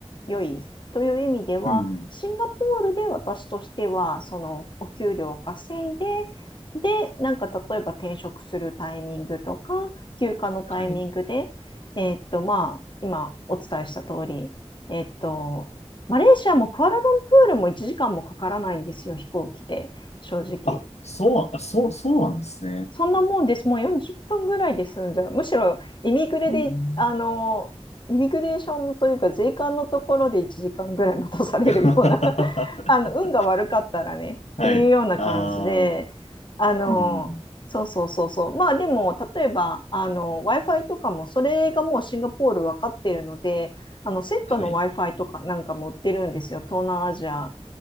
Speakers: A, on the left; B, on the left.
A: 良いという意味では、
B: うん。
A: シンガポールで私としては、そのお給料を稼いで、で、なんか例えば転職するタイミングとか、休暇のタイミングで、
B: はい。
A: えっと、まあ、今お伝えした通り、えっと、マレーシアもクアラルンプールも1時間もかからないんですよ、飛行機で、正直。
B: あ、そう、あ、そう、そうなんですね。
A: そんなもんです。もう40分ぐらいで済んじゃう。むしろ、イミグレで、
B: うん。
A: あの、イミグレーションというか、税関のところで1時間ぐらい待たされるような
B: <laughs>
A: <laughs> あの、運が悪かったらね、
B: はい。
A: っていうような感じで、
B: ああ、
A: あの、
B: うん。
A: そうそうそうそう。まあでも、例えば、あの、Wi-Fi とかも、それがもうシンガポール分かっているので、あの、セットの
B: はい。
A: Wi-Fi とかなんかも売ってるんですよ、東南アジア